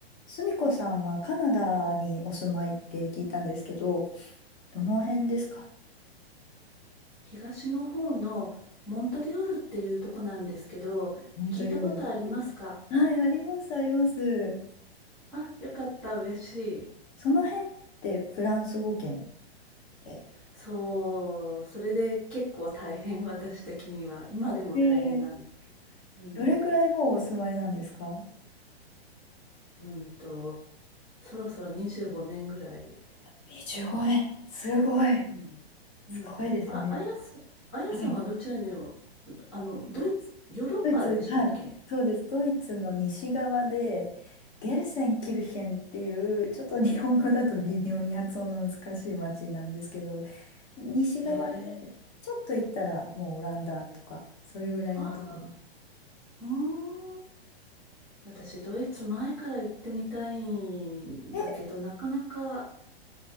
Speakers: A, on the left; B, in the centre.
A: すみこさんはカナダにお住まいって聞いたんですけど、どの辺ですか
B: 東の方のモントリオールっていうとこなんですけど、
A: モントリオール。
B: 聞いたことありうますん。か？
A: はい、あります、あります。
B: あ、よかった、嬉しい。
A: その辺ってフランス語圏で、
B: そう、それで結構大変、私的には。今でも大変なんですけど。
A: えー
B: うん。
A: どれくらいもうお住まいなんですか
B: うんと、そろそろ25年ぐらい。
A: 25年。すごい。
B: うん。うん。
A: すごいですね。
B: あ、あやさん、あやさんはどちらにお、
A: はい。
B: あの、ドイツ、ヨーロッパでしたっけ？
A: ドイツ、はい。
B: へ
A: そうです。ドイツの西側で、ゲルセンキルヘンっていう、ちょっと日本語だと微妙に発音の難しい町なんですけど、西側で、
B: え。
A: ちょっと行ったらもうオランダとか、それぐらいのとこです。
B: あ。うーん。私、ドイツ前から行ってみたいんだけど、
A: え、
B: なかなか、